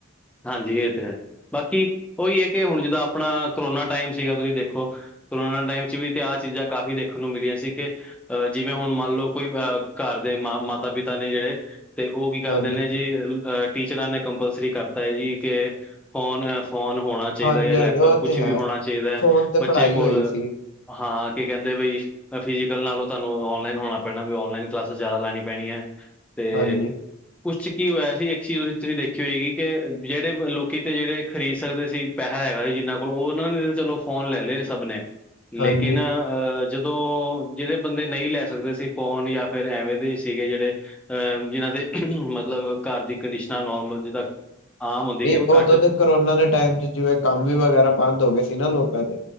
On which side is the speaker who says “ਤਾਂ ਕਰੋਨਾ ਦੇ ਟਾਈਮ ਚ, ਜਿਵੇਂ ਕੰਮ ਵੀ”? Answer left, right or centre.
Left